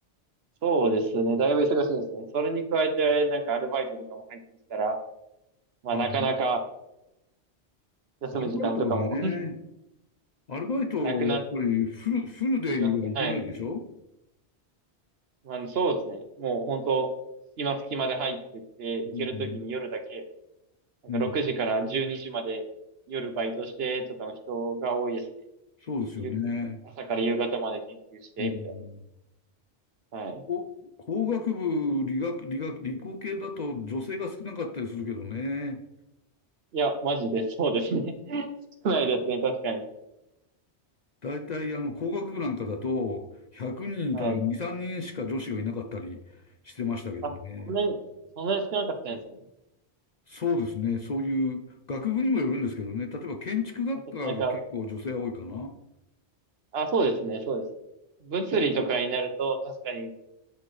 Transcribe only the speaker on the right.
そうですね。だいぶ忙しいですね。それに加えて、なんかアルバイトとかも入ってきたら、まあなかなか
休む時間とかも
<laughs>
なくなっ
てきますね。はい。あの、そうですね。もう本当、隙間隙間で入ってって、行けるときに夜だけ、
なんか6時から12時まで夜バイトしてとかの人が多いですね。
昼、朝から夕方まで研究して、
みたいな。はい。
いや、マジでそうですね。<laughs> 少ないですね、確かに。
はい。
あ、そんなに、そんなに少なかったんですね。
私、なんか、あ、そうですね、そうです。物理とかになると、
確かに